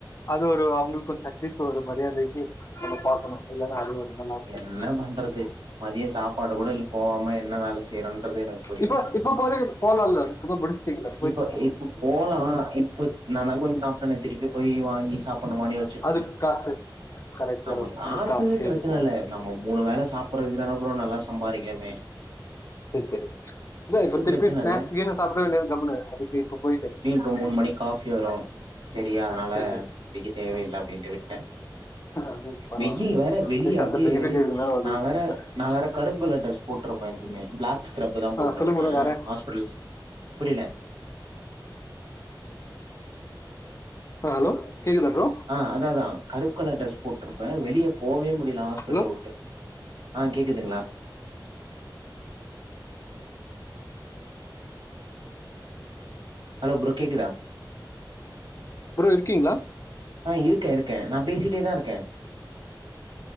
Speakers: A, on the left (about 40°); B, on the right (about 75°).
A: அது ஒரு அவுங்களுக் கொஞ் அட்லீஸ்ட் ஒரு மரியாதைக்கு நம்ம பாக்கணு இல்லன்னா அது ஒரு நல்லா இருக்காது
B: என்ன பண்றது மதிய சாப்பாடு கூட இல் போவாம என்ன வேல செய்றன்றது எனக்
A: இப்போ இப்போ போயி போலால்ல இப் தா முடிஸ்ட்டீங்கல்ல
B: இப்ப இப்ப போலா இப்ப நா தா கொஞ் சாப்ட்டனே திருப்பியு போயி வாங்கி சாப்பட்ணுமானு யோஸ் ச்சிட்ருக்க
A: அதுக்கு காசு கரெக்ட்
B: நமக்
A: கரெக்ட்
B: காசு
A: அந்த
B: பிரச்சன
A: அதெல்லாம்.
B: இல்ல நம்ம மூணு வேள சாப்பட்றதுக்கு தான ப்ரோ நல்லா சம்பாரிக்கற்மே
A: சேர் சேரி இதா இப்ப திருப்பியு
B: பிரச்சன
A: ஸ்நாக்ஸ்
B: இல்ல
A: கீன்னு சாப்ட வேண்டியது கம்முனு அதுக்கு இப்ப போய்ட்டு
B: றோ மூண் மணிக் காஃபி வரு செரி அதனால
A: சேரி சேரி
B: குடிக்க தேவயில்ல அப்டின்ட்டு விட்டே
A: அது பரவால்ல
B: வெயில் வேற வெளிய
A: அட்லீஸ்ட்
B: அப்டியே
A: அந்த பெனிஃபிட் இருக்குனால அது
B: நா
A: பிரச்சன
B: வேற
A: இல்ல
B: நா வேற கருப்பு கலர் ட்ரஸ் போட்ருப்பே எப்பய்மே பிளாக் ஸ்கிரப்பு தா
A: ஆ
B: போட்ருப்பே
A: சொல்லுங்க ப்ரோ வேற
B: ஹாஸ்பிட்டல்ஸ் புரில
A: ஆ ஹலோ கேக்குதுதா ப்ரோ
B: ஆ அதா அதா கருப்பு கலர் ட்ரஸ் போட்ருப்பே வெளிய போவே முடியில ஹாஸ்பிட்டல
A: ஹலோ
B: வுட்டு ஆ கேக்குதுங்ளா அலோ ப்ரோ கேக்குதா
A: ப்ரோ இருக்கீங்ளா
B: ஆ இருக்கே இருக்கே நா பேசிட்டே தா இருக்கே